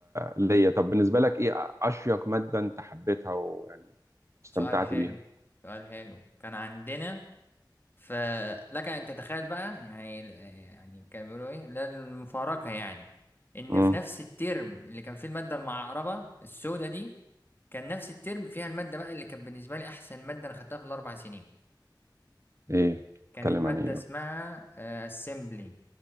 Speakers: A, on the right (about 40°); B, on the left (about 30°).
A: ليا طب بالنسبة لك ايه أشيق مادة انت حبيتها ويعني استمتعت
B: سؤال حلو
A: بيها
B: سؤال حلو كان عندنا فلك ان تتخيل بقى يعني يعني كانوا بيقولوا ايه لا المفارقه يعني ان
A: امم
B: في نفس الترم اللي كان فيه الماده المعقربه السوداء دي كان نفس الترم فيها الماده بقى اللي كانت بالنسبه لي احسن ماده انا خدتها في الاربع سنين
A: ايه
B: كانت
A: اتكلم
B: ماده
A: عن ايه
B: اسمها اسمبلي